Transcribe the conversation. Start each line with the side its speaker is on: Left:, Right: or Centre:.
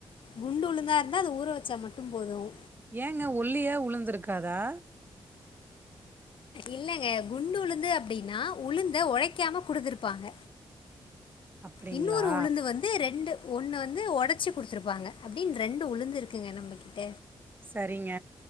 Left: குண்டு உளுந்தா இருந்தால் அது ஊற வச்சா மட்டும் போதும்
Right: ஏங்க ஒல்லியா உளுந்து ருக்காதா
Left: இல்லைங்க குண்டு உளுந்து அப்படின்னா உளுந்த உழைக்காம குடுத்துருப்பாங்க
Right: அப்டிங்களா
Left: இன்னொரு உளுந்து வந்து ரெண்டு ஒண்ணு வந்து உடைச்சு குடுத்துருப்பாங்க அப்படின்னு ரெண்டு உளுந்து இருக்குங்க நம்மகிட்ட
Right: சரிங்க